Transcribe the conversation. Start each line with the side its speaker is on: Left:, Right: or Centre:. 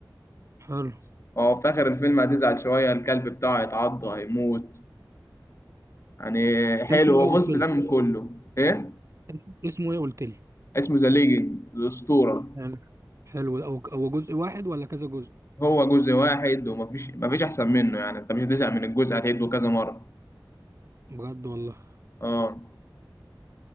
Right: حلو
Left: هو في آخر الفيلم هتزعل شوية الكلب بتاعه هيتعض هيموت يعني حلو
Right: اسمه ايه
Left: هو بص
Right: قلت لي
Left: لم كله ايه
Right: اسم- اسمه ايه قلت لي
Left: اسمه ذا ليجند الأسطورة
Right: حلو حلو هو هو جزء واحد ولا كذا جزء
Left: هو جزء واحد ومفيش مفيش أحسن منه يعني انت مش هتزهق من الجزء هتعيده كذا مرة
Right: بجد والله
Left: اه